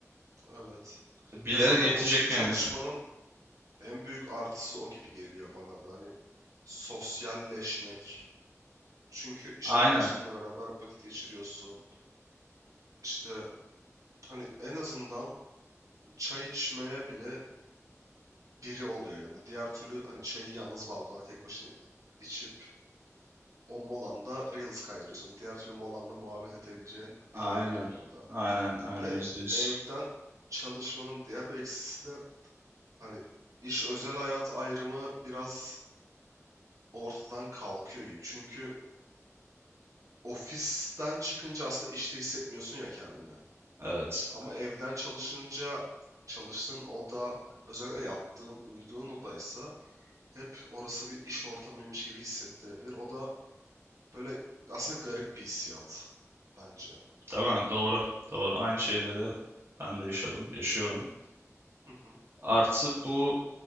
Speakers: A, on the right; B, on the right.
A: Evet.
B: bile
A: Ya zaten
B: yetecek
A: ofiste çalışmanın
B: yani.
A: en büyük artısı o gibi geliyor bana da. Hani sosyalleşmek. Çünkü iş
B: Aynen,
A: arkadaşlarınla beraber vakit geçiriyorsun. İşte hani en azından çay içmeye bile biri oluyor yanında. Diğer türlü hani çayı yalnız balkona tek başına içip o molanda Reels kaydırıyorsun. Diğer türlü molanla muhabbet edebileceğin
B: aynen,
A: biri oluyor yanında.
B: aynen, aynen
A: Ve
B: yüzde yüz.
A: evden çalışmanın diğer bir eksisi de hani iş özel hayat ayrımı biraz ortadan kalkıyor gibi. Çünkü ofisten çıkınca aslında işte hissetmiyorsun ya kendini.
B: Evet,
A: Ama evden çalışınca çalıştığın oda, özellikle yattığın, uyuduğun odaysa hep orası bir iş ortamıymış gibi hissettirebilir. O da böyle aslında garip bir hissiyat bence.
B: tamam, doğru, doğru. Aynı şeyleri ben de yaşadım, yaşıyorum.
A: Hı hı.
B: Artı bu